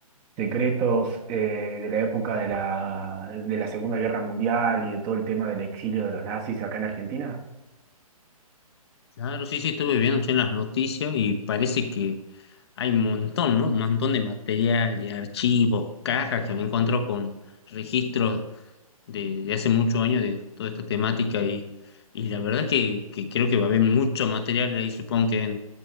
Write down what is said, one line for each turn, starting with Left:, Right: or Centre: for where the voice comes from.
Right: secretos eh, de la época de la, de la Segunda Guerra Mundial y de todo el tema del exilio de los nazis acá en Argentina.
Left: Claro, sí, sí, estuve viendo che, las noticias y parece que hay un montón, ¿no? Un montón de material, de archivos, cajas que me encuentro con registros de, de hace muchos años de toda esta temática y, y la verdad que, que creo que va a haber mucho material ahí, supongo que en-